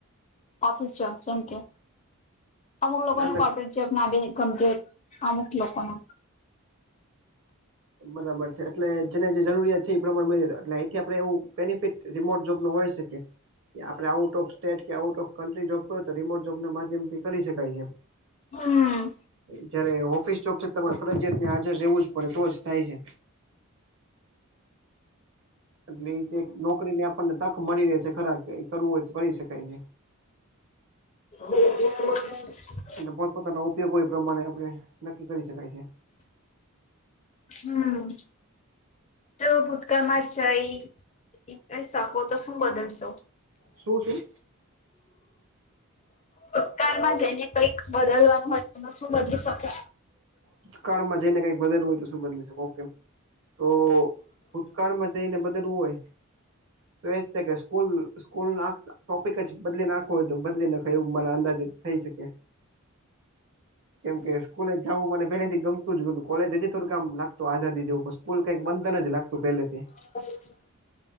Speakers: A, on the left; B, on the right.
A: ઓફિસ જોબ છે અમુક લોકોને
B: નાટક
A: કોર્પોરેટ જોબ ના બી ગમતી હોય અમુક લોકોને
B: બરાબર છે એટલે જેને જે જરૂરિયાત છે એ પ્રમાણે મળી જ એટલે અહીંથી આપણે એવું બેનિફિટ રિમોટ જોબ નો હોય શકે કે આપણે આઉટ ઓફ સ્ટેટ કે આઉટ ઓફ કન્ટ્રી જોબ કરય તો રીમોટ જોબ ના માધ્યમ થી કરી શકાય છે.
A: હમ
B: જયારે ઓફિસ ચોફ છે તમારે ફરજયાિયાત ત્યાં હાજર રહેવું જ પડે તો જ થાય છે. એટલે એ રીતે નોકરીને આપણને તક મળી રહે છે ખરા કે કરવું હોય તો કરી શકાય છે.
A: હ <inaudible>
B: પોતપોતાના ઉપયોગો એ પ્રમાણે આપણે નક્કી કરી શકાય છે
A: હમ જો ભૂટકા માર જઈ કહી શકો તો શું બદલશો <unintelligible>
B: શું શું
A: ભૂતકાળમાં જને કઈક બદલવાનું હોય તો શું બદલી શકે
B: ભૂતકાળમાં જઈને કઈક બદલું હોય તો શું બદલી શકે તો ભૂતકાળમાં <unintelligible> ને બદલવુ હોય તો એજ કે સ્કૂલ સ્કૂલ ટોપિક જ બદલે નાખો હોય તો બદલી નાખ કયું મને અંદાજે થઈ શકે કેમ કે સ્કૂલે જવું મને પેલેથી ગમતું જ નોતું કોલેજ હજી થોડુંક આમ લાગતું આઝાદી જેવું પણ સ્કૂલ કઈક બંધ ન જ લાગતું પહેલેથી.
A: <inaudible>